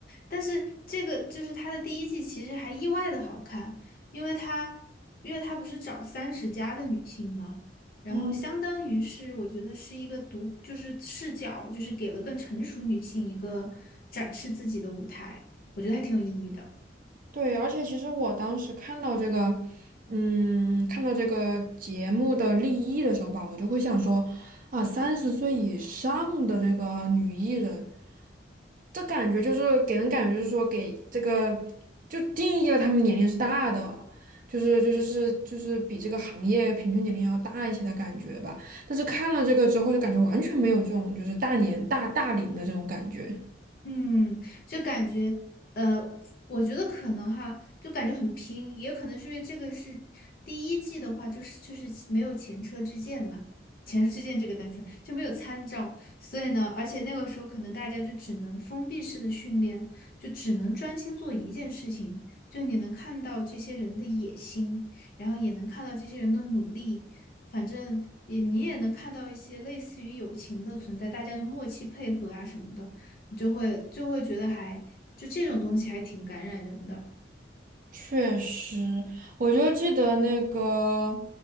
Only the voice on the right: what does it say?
嗯。
对，而且其实我当时看到这个，嗯，看到这个节目的立意的时候吧，我就会想说，啊，三十岁以上的这个女艺人，这感觉就是给人感觉就是说给这个就定义了她们年龄是大的，就是就是是就是比这个行业平均年龄要大一些的感觉吧。但是看了这个之后，就感觉完全没有这种就是大年大大龄的这种感觉。
确实，我就记得那个